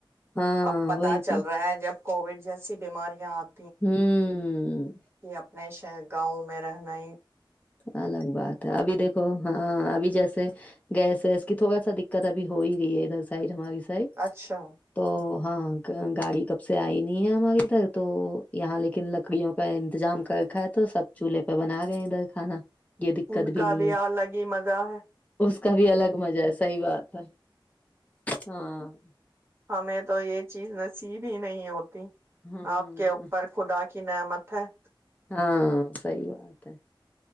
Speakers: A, on the left (about 15°); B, on the right (about 30°).
A: ہاں
B: اب پتا
A: وہی
B: چل
A: تو
B: رہا ہے جب کووڈ جیسی بیماریاں آتی
A: ہوں <unintelligible> ہاں <unintelligible>
B: کہ اپنے ش گاؤں میں رہنا ہی
A: الگ بات ہے ابھی دیکھو ہاں ابھی جیسے گیس ویس کی تھوڑا سا دقت ابھی ہو ہی رہی ہے ادھر سائڈ ہماری سائ
B: اچھا
A: تو ہاں گاڑی کب سے آئی نہیں ہے ہمارے ادھر تو یہاں لیکن لکڑیوں کا انتظام کرکھا ہے تو سب چولہے پہ بنا گئے ادھر کھانا یہ دقت
B: ان کا
A: نہیں
B: بھی
A: ہے
B: الگ ہی مزہ ہے
A: اس کا بھی الگ مزہ ہے صحی بات ہے ہاں
B: ہمیں تو یہ چیز نصیب ہی نہیں ہوتی
A: ہاں
B: آپ کے اوپر خدا کی نعمت اٹھ
A: ہاں صی بات ہے